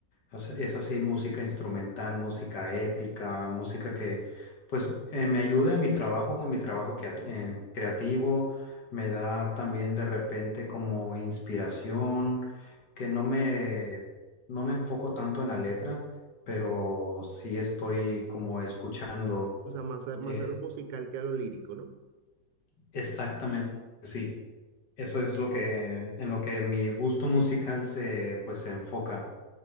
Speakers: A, on the left; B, on the right.
A: Es es así, música instrumental, música épica, música que pues eh, me ayuda en mi trabajo, en mi trabajo que, eh, creativo, me da también de repente como inspiración, que no me, no me enfoco tanto en la letra, pero sí estoy como escuchando
B: O sea, más a, más
A: eh,
B: a lo musical que a lo lírico, ¿no?
A: exactamente, sí, eso es lo que, en lo que mi gusto musical se pues se enfoca.